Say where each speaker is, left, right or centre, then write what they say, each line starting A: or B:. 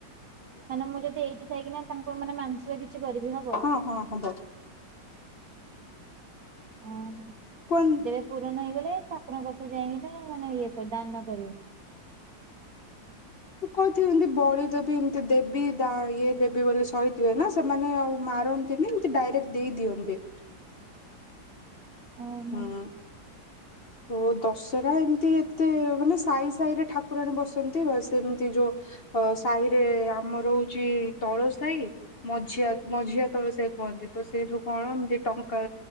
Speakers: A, on the right; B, on the left.
A: ମାନେ ମୁଁ ଯଦି ଏଇଠି ଥାଇକି ନା ତାଙ୍କୁ ମାନେ ମାନସିକ କିଛି କରିବି ହବ?
B: ହଁ ହଁ ହବ
A: ଓହୋ
B: କୁହନି
A: ଯେବେ ପୁରଣ ହେଇଗଲେ ଠକୁରଙ୍କ ପାଖୁ ଯାଇକିନା ମାନେ ଇଏ କରିବେ ଦାନ କରିବେ
B: କୁହନ୍ତି ଏମିତି ବଳୀ ଏମିତି ଦେବୀ ଇଏ ଦେବୀ ବୋଲି ସହିଥିବେ ନା ସେମାନେ ଆଉ ମାରନ୍ତିନି ଏମିତି ଡାଇରେକ୍ଟ ଦେଇଦିଅ ଅନ୍ତି।
A: ଓହୋ
B: ହୁଁ। ତ <inaudible> ଦଶହରା ଏମିତି ଏତେ ମାନେ ସାଇ ସାହି ରେ ଠାକୁରାଣୀ ବସନ୍ତି ବା ସେମିତି ଯୋଉ ସାହିରେ ଆମର ହଉଛି ତଳ ସାହି ମଝିଆ -ମଝିଆ ତଳ ସାହି କୁହନ୍ତି ତ ସେଇଥିରୁ କଣ ଏମତି ଟଙ୍କା